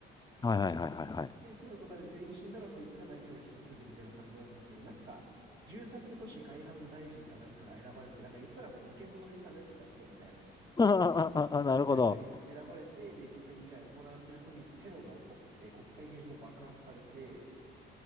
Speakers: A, on the left; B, on the right.
A: はいはいはいはいはい。
B: で、テロとかで全員死んだら、そいつが大統領を引き継ぐみたいな感じなんですけど、なんか、住宅都市開発大臣かなんかが選ばれて、なんか言ったらもうのけ者にされてた人みたいな。
A: <laughs> あなるほど。
B: 人がその役に選ばれて、で、実際議会が行われてる時にテロが起こって、国会議事堂爆発されて、